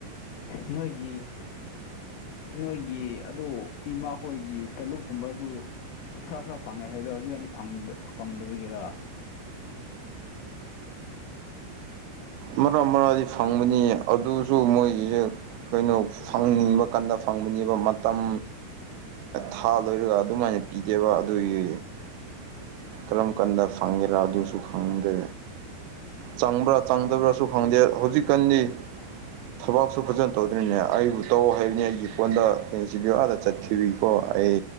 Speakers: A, on the left; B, on the right.
A: ꯅꯣꯏꯒꯤ ꯅꯣꯏꯒꯤ ꯑꯗꯨ ꯏꯃꯥ ꯍꯣꯏꯒꯤ ꯇꯣꯂꯨꯞꯀꯨꯝꯕꯁꯨ ꯈꯔ ꯈꯔ ꯐꯪꯉꯦ ꯍꯥꯏꯕꯗꯣ ꯍꯧꯖꯤꯛꯀꯅꯤ ꯐꯪꯗ ꯐꯪꯗꯕꯒꯤꯔꯥ
B: ꯃꯔꯥ ꯃꯔꯥꯗꯤ ꯐꯪꯕꯅꯤ ꯑꯗꯨꯁꯨ ꯃꯣꯏꯒꯤꯍꯦꯛ ꯀꯩꯅꯣ ꯐꯪꯅꯤꯡꯕ ꯀꯥꯟꯗ ꯐꯪꯕꯅꯦꯕ ꯃꯇꯝ ꯊꯥ ꯂꯣꯏꯔꯒ ꯑꯗꯨꯃꯥꯏꯅ ꯄꯤꯗꯦꯕ ꯑꯗꯨꯒꯤ ꯀꯔꯝ ꯀꯥꯟꯗ ꯐꯪꯒꯦꯔꯥ ꯑꯗꯨꯁꯨ ꯈꯪꯗꯦ ꯆꯪꯕ꯭ꯔꯥ ꯆꯪꯗꯕ꯭ꯔꯥꯁꯨ ꯈꯪꯗꯦ ꯍꯧꯖꯤꯛꯀꯥꯟꯗꯤ ꯊꯕꯛꯁꯨ ꯐꯖꯅ ꯇꯧꯗ꯭ꯔꯤꯅꯦ ꯑꯩꯕꯨ ꯇꯧ ꯍꯥꯏꯕꯅꯤ ꯑꯩꯒꯤ ꯐꯣꯟꯗ ꯀꯩꯅ <unintelligible> ꯄꯤꯕꯤꯀꯣ ꯑꯩ